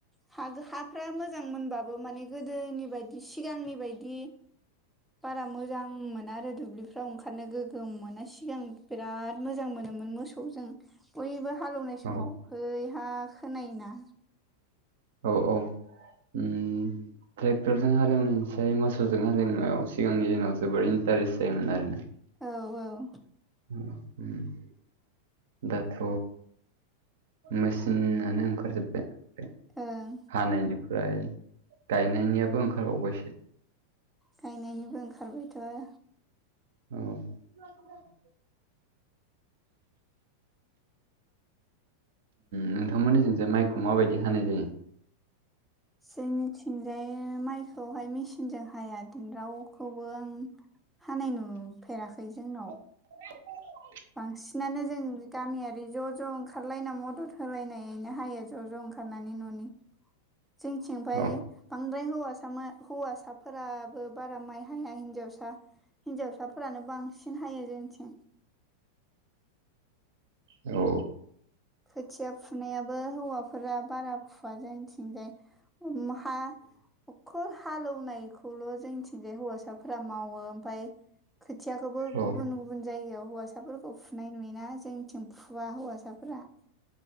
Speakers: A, in the centre; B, on the right.
A: हा हाफ्रा मोजां मोनबाबो माने गोदोनि बायदि सिगांनि बायदि बारा मोजां मोना आरो दुब्लिफ्राव ओंखारनो गोगोम मोना सिगां बिराद मोजां मोनोमोन मोसौजों। बयबो हालौवनाय समाव
B: औ
A: हैहा खोनायोना।
B: औ ओम ट्रेक्टरजों हालेवनायसाय मोसौजों हालेवनायाव सिगांनि दिनाव जोबोर इन्टारेस्ट जायोमोन आरो ना।
A: औ औ
B: अ दाथ' मेसिनानो ओंखारजोब्बाय
A: ओं
B: हानायनिफ्राय गायनायनियाबो ओंखारबावबायसो।
A: गायनायनिबो ओंखारबायथ'
B: औ <inaudible> नोंथांमोननि जों ज माइखौ माबायदि हानाय जायो?
A: जोंनिथिंजाय माइखौहाय मेसििनजों हाया रावखौबो आं हानाय नुफेराखै जोंनाव।
B: <inaudible>
A: बांसिनानो जों गामियारि ज' ज' ओं ओंखारलायना मदद होलायनायनो हायो ज' ज' ओंखारनानै न'नि। जोंथिंफाय
B: औ
A: बांद्राय हौवासा हौवासाफोराबो बारा माइ हाया हिनजावसा हिनजावसाफोरानो बांसिन हायो जोंथिं।
B: औ
A: खोथिया फुनायाबो हौवाफोरा बारा फुवा जायथिंजाय हा हखल हालौनायखौल' जोंथिंजाय हौवासाफोरा मावो ओमफ्राय खोथियाखौबो
B: औ
A: गुबुन गुबुन जायगायाव हौवासाफोरखौ फुनाय नुयोना जोंनिथिं फुवा हौवासाफोरा।